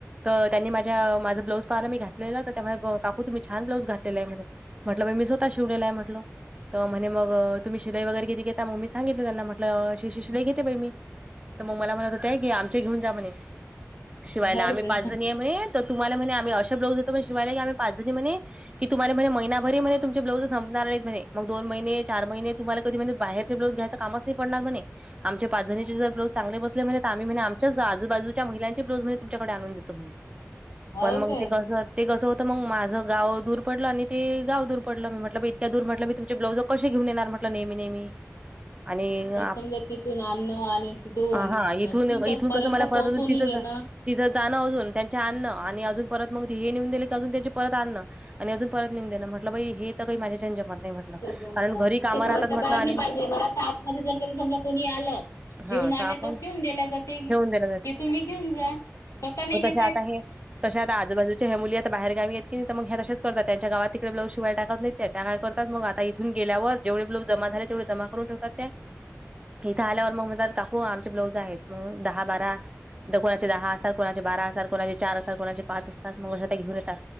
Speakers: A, on the right (about 20°); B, on the left (about 85°).
A: तर त्यांनी माझ्या माझं ब्लाऊज पाहायला मी घातलेलं. तर त्या काकू तुम्ही छान ब्लाऊज घातलेलाय म्हणे. म्हटलं बाई मी स्वतः च शिवलेलाय म्हटलं. तर म्हणे मग तुम्ही शिलाई वगैरे किती घेता. मग मी सांगितलं त्यांना. म्हटलं अशी अशी शिलाई घेते बाई मी. तर मग मला म्हणत होते की, आमच्या घेऊन जा म्हणे शिवायला.
B: हो
A: आम्ही
B: का?
A: ते म्हणे त तुम्हाला म्हणे आम्ही अशे ब्लाऊज देतो शिवायला. आम्ही पाचजणी म्हणे. की तुम्हाला म्हणे महिना भर हि म्हणे तुमचे ब्लाऊज संपणार नाहीत म्हणे. मग दोन महिने चार महिने तुम्हाला कधी म्हणे बाहेरचे ब्लाऊज घ्यायचा. कामच नाही पडणार म्हणे. आमच्या पाच जणींचे जर ब्लाऊज चांगले बसले म्हणे. त आम्ही म्हणे आमच्याच आजूबाजूच्या महिलांचे ब्लाऊज म्हणे तुमच्याकडे आणून दे तो म्हणे.
B: हो
A: पण मंग
B: काय?
A: ते कसं ते कस होत मग, माझं गाव दूर पडलं. आणि ते गाव दूर पडलं. मी म्हटलं बाई इतक्या दूर म्हटलं मी तुमची ब्लाऊज कशी घेऊन येणार म्हंटल नेहमी नेहमी.
B: <inaudible>
A: आणि
B: हा पण
A: आप
B: समजा तिथून आणणं. आणि तिथून
A: हा
B: न
A: इथून
B: तुमच्या
A: इथून
B: पर्यंत
A: कसं मला परत
B: पोहोचूनही
A: अजून तिथं
B: देण.
A: जा तिथं जाणं अजून त्यांचे आणण. आणि अजून परत मग ती ही नेऊन दिले की, अजून त्यांचे परत आणणं. आणि अजून परत नेऊन देन. म्हटलं बाई हे तर काही माझ्याच्याने जमत नाही म्हटलं.
B: ते जमणार.
A: कारण घरी कामं
B: ते घराच्या
A: राहतात म्हटलं
B: बाहेर
A: आणि
B: नाही पाहिजे. घराच्या आत मध्ये जर कधी समजा कोणी आलं.
A: हा
B: घेऊन आल
A: आपण
B: तर शिवून दिल्या जाते.
A: ठेवून दिलं
B: हे तुम्ही घेऊन जा. स्वतः नाही नेत.
A: जात आहे. तश्या आता आजूबाजूच्या ह्या मुली आता बाहेरा गावी आहेत की नाही. त मग ह्या तशेच करतात. त्यांच्या गावात तिकडे ब्लाऊज शिवायला टाकत नाही त्या. त्या काय करता? मग आता इथून गेल्यावर जेवढे ब्लाऊज जमा झाले. तेवढे जमा करून ठेवातात त्या. इथं आल्यावर मंग म्हणतात का ओ आमचे ब्लाऊज आहेत. मग दहा बारा. त कोणाचे दहा असतात. कोणाचे बारा असतात. कोणाचे चार असतात. कोणाचे पाच असतात. मग अ घेऊन येतात